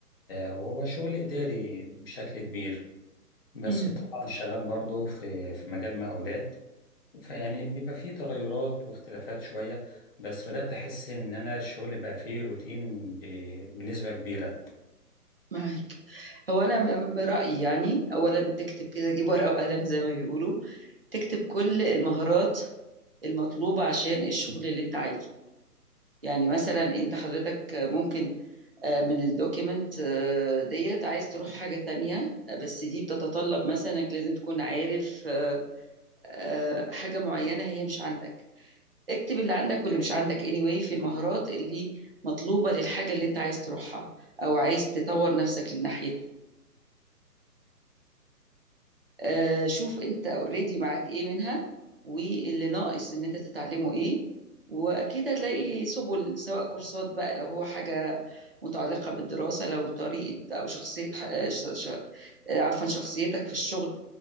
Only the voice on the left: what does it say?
وهو شغل اداري بشكل كبير بس
طبعا شغال برضه في في مجال مقاولات فيعني بيبقى فيه تغيرات واختلافات شوية بس بدأت أحس إن أنا الشغل بقى فيه روتين ب- بنسبة كبيرة